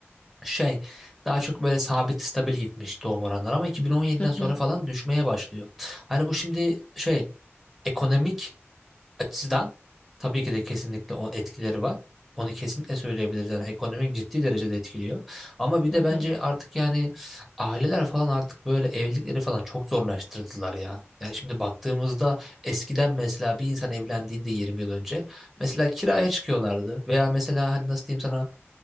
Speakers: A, in the centre; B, on the left.
A: şey daha çok böyle sabit stabil gitmiş doğum oranları ama 2017'den
B: hı hı,
A: sonra falan düşmeye başlıyor. Hani bu şimdi şey ekonomik açıdan tabii ki de kesinlikle o etkileri var. Onu kesinlikle söyleyebiliriz. Yani ekonomik ciddi derecede etkiliyor. Ama bir de
B: hı hı,
A: bence artık yani aileler falan artık böyle evlilikleri falan çok zorlaştırdılar ya. Yani şimdi baktığımızda eskiden mesela bir insan evlendiğinde 20 yıl önce mesela kiraya çıkıyorlardı veya mesela hani nasıl diyeyim sana